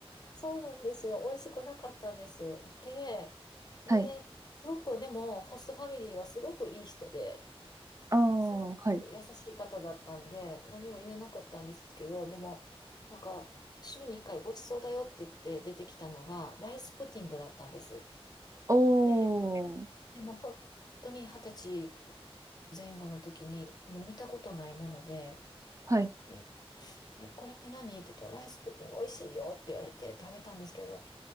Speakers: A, on the left; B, on the right.
A: そうなんですよ。美味しくなかったんです。で、で、
B: はい。
A: すごく、でも、ホストファミリーはすごくいい人で、
B: ああ、
A: すごく優しい方だったんで、
B: はい。
A: 何も言えなかったんですけど、でも、なんか、週に1回ごちそうだよって言って出てきたのが、ライスプディングだったんです。
B: おお、
A: で、でも本当に二十歳前後の時に、もう見たことないもので、
B: はい。
A: で、え、これ何って言ったら、ライスプッディング美味しいよって言われて食べたんですけど、